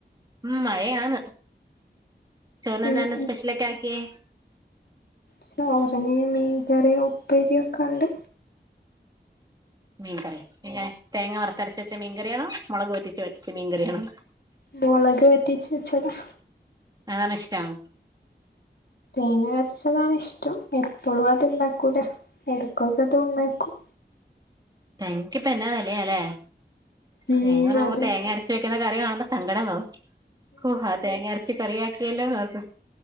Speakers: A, on the right (about 20°); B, on the left (about 65°).
A: മഴയാണ് ചോറിന്നന്നെ
B: ഉം ഉം
A: സ്പെഷ്യലൊക്കെ ആക്കിയേ
B: ചോറിന് മീൻകറിയോ ഉപ്പരിയും ഒക്കെ ഉണ്ട്
A: മീൻകറി പിനെ തേങ്ങ വറുത്തരച്ച് വെച്ച മീൻകറിണോ മുളക് പെറ്റിച്ച് വെറ്റച്ച് മീൻകറിയാണോ
B: മൊളക് വറ്റിച് വച്ചതാ
A: അതാണൊ ഇഷ്ടം
B: തേങ്ങ അരച്ചതാണ് ഇഷ്ടം എപ്പോഴും അത്ണ്ടാക്കൂല എടക്കൊക്കെ അതും ഉണ്ടാക്കും
A: തേങ്ങക്കിപ്പോ എന്നാ വെലല്ലേ
B: ഉം
A: തേങ്ങ നമ
B: അതെ
A: തേങ്ങ അരച്ച വെക് ക്കുന്ന കറി കാണുമ്പോ സങ്കടം നാവും ഓഹ് ആ തേങ്ങ അരച്ച് കറി ആക്കിയല്ലോ നോർക്ക്